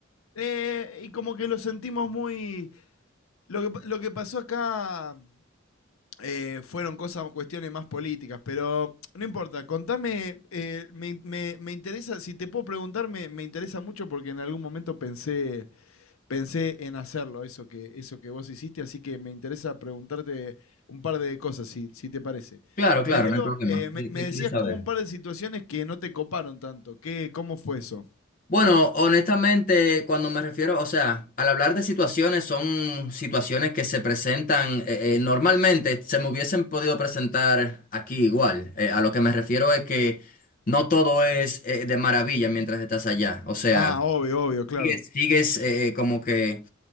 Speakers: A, on the left (about 90°); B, on the left (about 40°).
A: Eh, y como que lo sentimos muy, lo que, lo que pasó acá eh, fueron cosas, cuestiones más políticas, pero no importa. Contame, eh, me, me- me interesa, si te puedo preguntar, me, me interesa mucho porque en algún momento pensé, pensé en hacerlo, eso que, eso que vos hiciste, así que me interesa preguntarte un par de cosas, si, si te parece.
B: Claro, claro,
A: Primero,
B: no hay problema.
A: eh, me,
B: ¿Qué,
A: me
B: qué
A: decías
B: quieres saber?
A: que hubo un par de situaciones que no te coparon tanto. ¿Qué, cómo fue eso?
B: Bueno, honestamente, cuando me refiero, o sea, al hablar de situaciones, son situaciones que se presentan eh, eh, normalmente, se me hubiesen podido presentar aquí igual. Eh, a lo que me refiero es que no todo es eh, de maravilla mientras estás allá. O sea,
A: Ah, obvio, obvio, claro.
B: sigues, sigues, eh, eh, como que